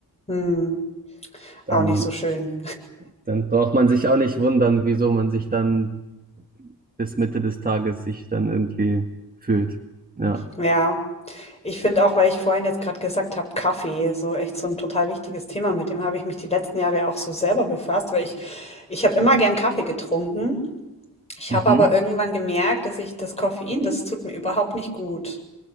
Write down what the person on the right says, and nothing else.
dann,
dann braucht man sich auch nicht wundern, wieso man sich dann bis Mitte des Tages sich dann irgendwie fühlt. Ja.
Mhm.